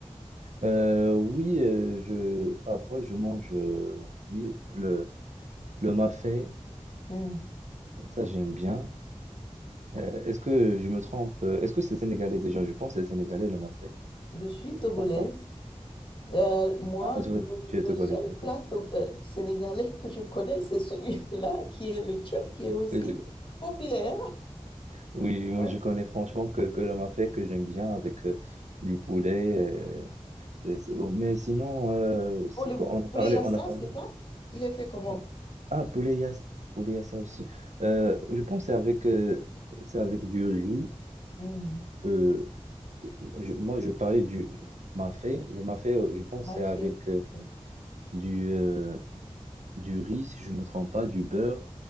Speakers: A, on the right (about 80°); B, on the left (about 45°).
A: Euh, oui euh, je, parfois, je mange euh, oui, le, le mafé,
B: Hmm.
A: ça, j'aime bien. Euh, est-ce que je me trompe? Est-ce que c'est sénégalais déjà? Je pense que c'est sénégalais le mafé.
B: Je suis
A: Je ne
B: togolaise.
A: me trompe pas.
B: Euh, moi,
A: Ah, toi,
B: le,
A: tu es
B: le
A: togolaise,
B: seul
A: d'accord.
B: plat to- euh, sénégalais que je connais, c'est celui-là, <laughs> qui est le chef, qui est aussi
A: Euh,
B: populaire.
A: Oui, moi
B: Ouais.
A: je connais franchement que, que le mafé que j'aime bien avec euh, du poulet. euh, c'est- c'est bon. Mais sinon, euh, c'est-
B: Oh, le
A: quand on a parlé,
B: poulet yassa,
A: on a parlé.
B: c'est ça? Il est fait comment?
A: Ah, ah, poulet, il y a, poulet, il y a ça aussi. Euh, je pense que c'est avec, euh, c'est avec du riz.
B: Hmm,
A: euh, je- moi, je parlais du mafé. Le mafé, euh, je pense
B: ma
A: que c'est
B: fée,
A: avec euh,
B: ok.
A: du, euh, du riz, si je ne me trompe pas, du beurre,